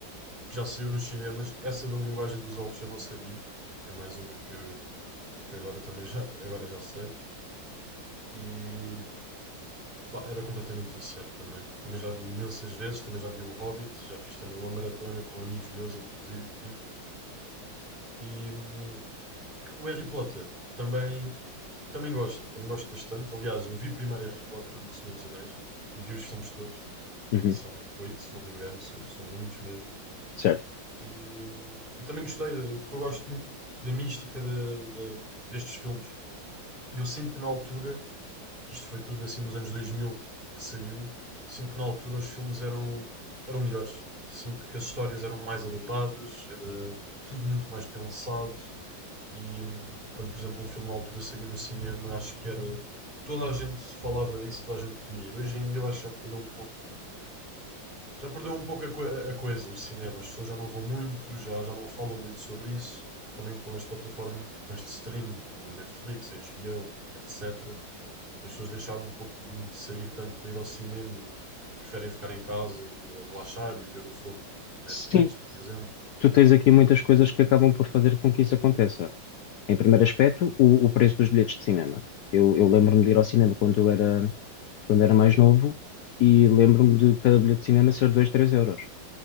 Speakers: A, on the right; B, on the left.
A: que já saiu nos cinemas. Essa da linguagem dos elfos eu não sabia. É mais uma que, eu- que agora também já, agora já sei. E pá, era completamente viciado também. Também já vi imensas vezes, também já vi o Hobbit, já fiz também uma maratona com amigos meus, inclusive. E hum, o Harry Potter também Também gosto, também gosto bastante. Aliás, eu vi primeiro Harry Potter do que Senhor dos Anéis e vi os filmes todos,
B: Uhum,
A: que são oito, se não me engano, são, são muitos mesmo.
B: certo.
A: E, hum, também gostei, porque eu gosto muito da mística de- de- destes filmes. E eu sinto que na altura, que isto foi tudo assim nos anos 2000 que saiu, sinto que na altura os filmes eram, eram melhores. Sinto que as histórias eram mais elaboradas, era tudo muito mais pensado. E, hum, e quando, por exemplo, um filme na altura saía no cinema, acho que era. Toda a gente falava disso, toda a gente queria ir. Hoje em dia eu acho que já perdeu um pouco. Já perdeu um pouco a, co- a- coisa, o cinema. As pessoas já não vão muito, já, já não falam muito sobre isso. Também com as plataformas de streaming, como a Netflix, a HBO, etc. As pessoas deixaram um pouco de, de sair tanto para ir ao cinema e preferem ficar em casa, eh, relaxar e ver um filme na
B: Sim,
A: Netflix, por exemplo.
B: tu tens aqui muitas coisas que acabam por fazer com que isso aconteça. Em primeiro aspecto, o, o preço dos bilhetes de cinema. Eu, eu lembro-me de ir ao cinema quando eu era, quando era mais novo e lembro-me de cada bilhete de cinema ser 2, 3 euros,